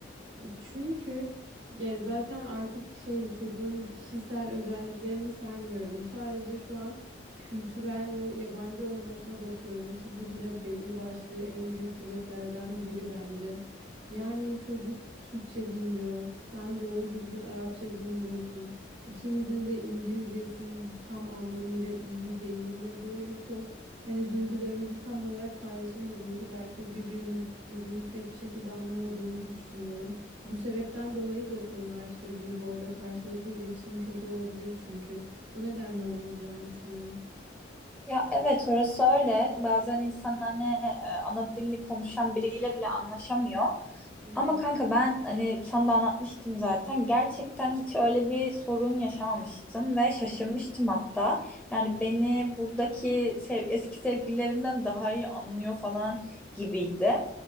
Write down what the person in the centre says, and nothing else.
Ya evet orası öyle. Bazen insan hani e, ana dilini konuşan biriyle bile anlaşamıyor.
Ama
kanka ben hani sana da anlatmıştım zaten. Gerçekten hiç öyle bir sorun yaşamamıştım ve şaşırmıştım hatta. Yani beni buradaki sev eski sevgililerimden daha iyi anlıyor falan gibiydi.